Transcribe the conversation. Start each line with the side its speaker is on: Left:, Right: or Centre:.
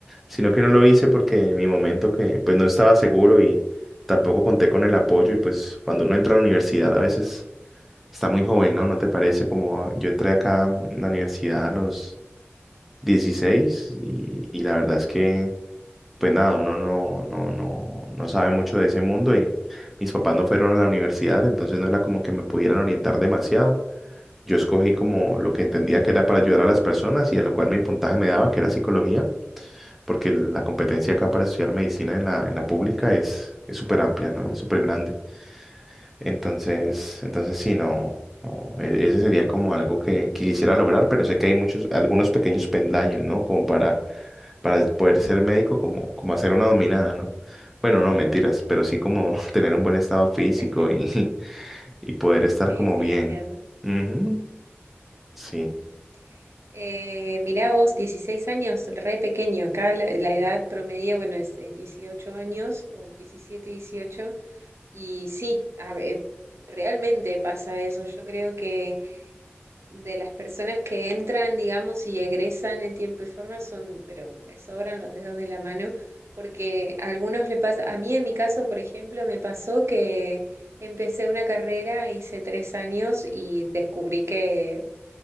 Centre: sino que no lo hice porque en mi momento que pues no estaba seguro y tampoco conté con el apoyo y pues cuando uno entra a la universidad a veces está muy joven, ¿no? ¿No te parece? Como yo entré acá a la universidad a los 16 y, y la verdad es que pues nada, uno no, no, no, no sabe mucho de ese mundo y mis papás no fueron a la universidad, entonces no era como que me pudieran orientar demasiado. Yo escogí como lo que entendía que era para ayudar a las personas y a lo cual mi puntaje me daba, que era psicología, porque la competencia acá para estudiar medicina en la, en la pública es es súper amplia, ¿no? Es súper grande. Entonces, entonces sí, no, no, e- ese sería como algo que, que quisiera lograr, pero sé que hay muchos, algunos pequeños pendaños, ¿no? Como para para poder ser médico, como, como hacer una dominada, ¿no? Bueno, no, mentiras, pero sí como <laughs> tener un buen estado físico
Right: <laughs>
Centre: y, <laughs> y poder estar
Right: Sí,
Centre: como
Right: sí,
Centre: bien.
Right: entiendo.
Centre: Ujú, Sí,
Right: Sí. Eh, mirá vos, 16 años, re pequeño. Acá la, la edad promedio, bueno, es eh, 18 años o diecisiete dieciocho Y sí, a ve- realmente pasa eso. Yo creo que de las personas que entran, digamos, y egresan en tiempo y forma son, pero me sobran los dedos de la mano, porque a algunos le pasa, a mí en mi caso, por ejemplo, me pasó que empecé una carrera, hice tres años y descubrí que